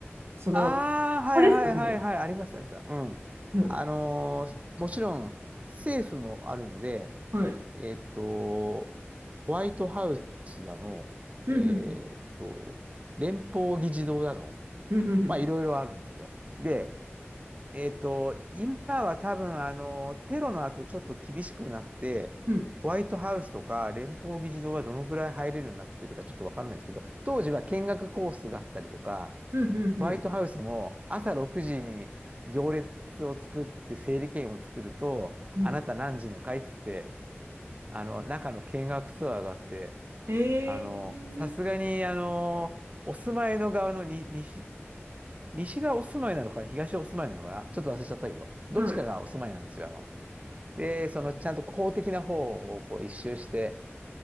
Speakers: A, on the right; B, on the right.
A: その、
B: ああ、
A: こ
B: はいはいはいはい、
A: こですかね
B: ありました、ありました。うん。
A: うん。
B: あのーもちろん政府もあるので、
A: はい。
B: えっと、ホワイトハウスだの、
A: うん、
B: えっと、
A: うん、
B: 連邦議事堂だの、
A: うん、うん、うん。
B: まあいろいろあるんですよ。で、えっと、今は多分、あの、テロの後ちょっと厳しくなって、
A: うん
B: ホワイトハウスとか連邦議事堂はどのくらい入れるようになってるかちょっとわかんないですけど、当時は見学コースがあったりとか、
A: うん、うん、うん。
B: ホワイトハウスも朝6時に行列を作って整理券を作ると、
A: うん
B: あなた何時の会っつって、あの、中の見学ツアーがあって、
A: えー、
B: あの、さすがに、あの、お住まいの側のに西、西がお住まいなのかな、東がお住まいなのかな、ちょっと忘れちゃったけど、どっちかがお住まいなんですよ。
A: は
B: あの、で、そのちゃんと公的な方をこう一周して、